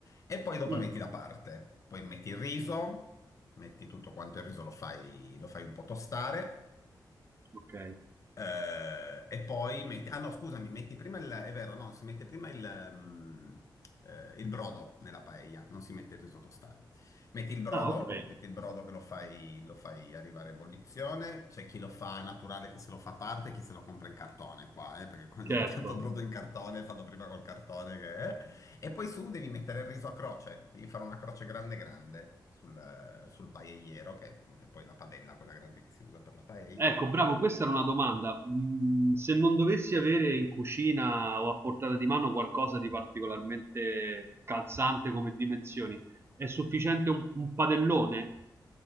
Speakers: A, on the left (about 45°); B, on the right (about 30°).
A: e poi dopo
B: Mm,
A: metti da parte. Poi metti il riso, metti tutto quanto il riso, lo fai, lo fai un po' tostare,
B: ok.
A: eh, e poi metti, ah no, scusami, metti prima il, è vero, no, si mette prima il, mm, eh, il brodo nella paella, non si mette il risotto a stare. Metti il brodo,
B: Ah, ok,
A: metti il brodo che lo fai, lo fai arrivare a ebollizione. C'è chi lo fa naturale che se lo fa a parte, chi se lo compra in cartone qua, eh, perché quando
B: certo.
A: hanno tanto brodo in cartone, fanno prima col cartone che eh. E poi su devi mettere il riso a croce, devi fare una croce grande grande sul, sul paelliero, che è poi la padella, quella grande che si usa per la paella.
B: Ecco, bravo, questa era una domanda. Mm, se non dovessi avere in cucina o a portata di mano qualcosa di particolarmente calzante come dimensioni, è sufficiente un, un padellone?